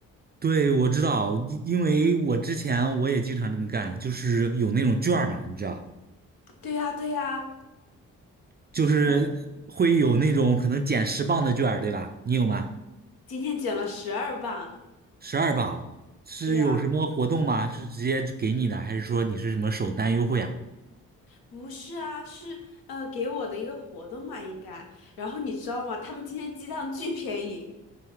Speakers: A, on the right; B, on the left.
A: 对，我知道，因因为我之前我也经常这么干，就是有那种券儿嘛，你知道，
B: 对呀，对呀，
A: 就是会有那种可能减十磅的券儿，
B: 然后
A: 对吧？你有吗？
B: 今天减了十二磅。
A: 十二磅是有什么活动吗？
B: 对呀，
A: 是直接就给你的，还是说你是什么首单优惠啊？
B: 不是啊，是呃给我的一个活动嘛，应该。然后你知道吗？他们今天鸡蛋巨便宜。